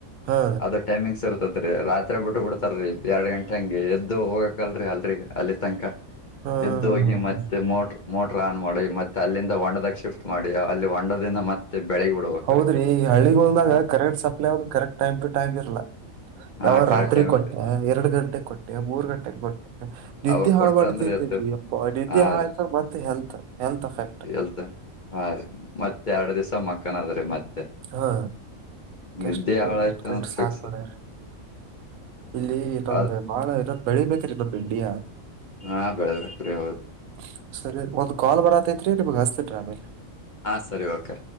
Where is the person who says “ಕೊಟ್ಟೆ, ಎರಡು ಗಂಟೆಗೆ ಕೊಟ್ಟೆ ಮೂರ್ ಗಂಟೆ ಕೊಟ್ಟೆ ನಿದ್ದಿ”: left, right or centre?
Right